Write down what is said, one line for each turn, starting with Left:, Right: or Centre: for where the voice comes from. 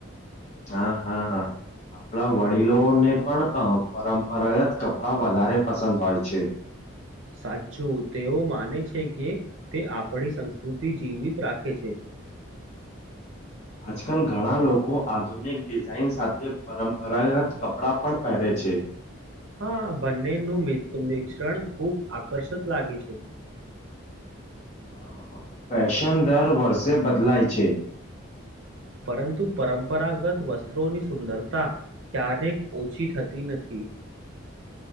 Left: હા હા આપણા વડીલોને પણ અ પરંપરાગત કપડા વધારે પસંદ હોય છે
Right: સાચું તેઓ માને છે કે તે આપણી સંસ્કૃતિ જીવિત રાખે છે <inaudible>
Left: આજકાલ ઘણા લોકો આધુનિક ડિઝાઇન સાથે પરંપરાગત કપડાં પણ પહેરે છે છે
Right: હા બંનેનું મ મિશ્રણ ખૂબ આકર્ષક લાગે છે
Left: અ ફેશન દર વર્ષે બદલાય છે
Right: પરંતુ પરંપરાગત વસ્ત્રોની સુંદરતા ક્યારેક ઓછી થતી નથી <inaudible>